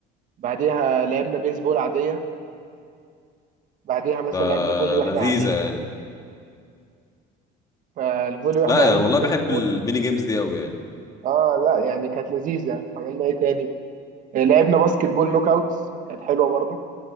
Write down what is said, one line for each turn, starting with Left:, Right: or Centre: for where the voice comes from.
Right: بعديها لعبنا بيسبول عادية بعديها مثلا
Left: لا،
Right: لعبنا فولي واحنا
Left: لذيذه
Right: قاعدين
Left: يعني
Right: فالفولي واحنا
Left: لا
Right: قاعدين
Left: يعني والله
Right: دي كانت
Left: بحب
Right: موت
Left: الميني جيمز دي قوي يعني
Right: اه لا يعني كانت لذيذة عملنا ايه تاني آه، لعبنا باسكت بول نوك اوتس كانت حلوة برضو